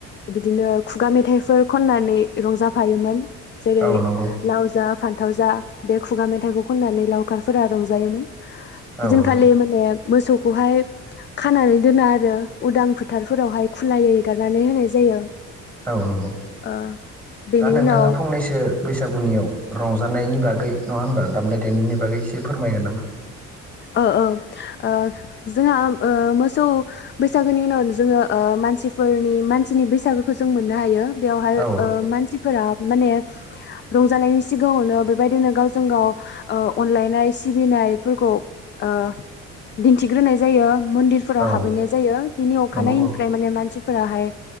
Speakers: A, on the left (about 40°); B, in the centre.
A: बिदिनो खुगा मेथाइफोर खननानै रंजाफायोमोन जेरै
B: औ नंगौ
A: लाव जा फान्थाव जा बे खुगा मेथाइखौ खननानै लावखारफोरा रंजायोमोन।
B: औ
A: बिदिनखालि
B: नंगौ
A: माने मोसौखौहाय खानानै दोन आरो उदां फोथारफोरावहाय खुलायै एगारनानै होनाय जायो।
B: औ नंगौ
A: ओ बेनि
B: दा नोंथाङा
A: उनाव
B: फंनैसो बैसागुनियाव रंजानायनि बागै नङा होनबा दामनाय देनायनि बागै एसे फोरमायगोन नामा।
A: ओ-ओ ओ जोंहा ओ मोसौ बैसागोनि उनाव जोङो ओ मानसिफोरनि मानसिनि बैसागोखौ जों मोननो हायो। बेवहाय
B: औ
A: ओ मानसिफोरा माने रंजानायनि सिगाङावनो बेबायदिनो गावजों गाव ओ अनलायनाय सिबिनाय फोरखौ ओ दिन्थिग्रोनाय जायो । मन्दिरफोराव
B: औ
A: हाबहैनाय जायो बिनि अखानायनिफ्राय
B: नंगौ औ
A: माने मानसिफोराहाय